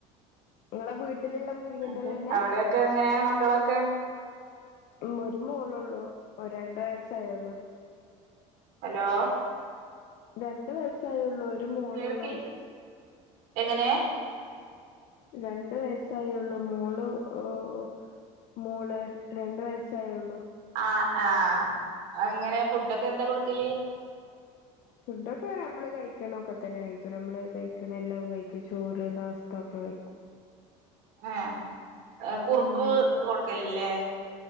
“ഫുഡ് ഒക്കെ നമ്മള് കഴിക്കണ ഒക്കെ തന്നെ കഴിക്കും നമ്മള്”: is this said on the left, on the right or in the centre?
Left